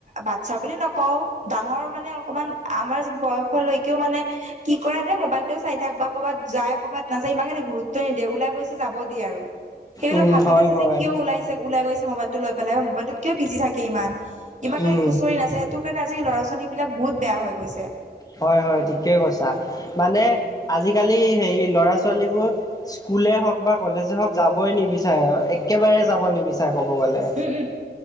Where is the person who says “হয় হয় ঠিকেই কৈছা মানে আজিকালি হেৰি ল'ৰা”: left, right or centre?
Left